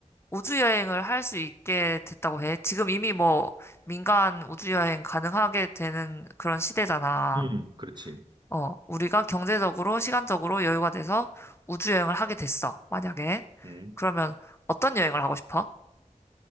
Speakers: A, on the left (about 20°); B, on the right (about 35°).
A: 우주 여행을 할 수 있게 됐다고 해. 지금 이미 뭐 민간 우주 여행 가능하게 되는 그런 시대잖아.
B: 음, 그렇지.
A: 어, 우리가 경제적으로, 시간적으로 여유가 돼서 우주 여행을 하게 됐어. 만약에.
B: 음.
A: 그러면 어떤 여행을 하고 싶어?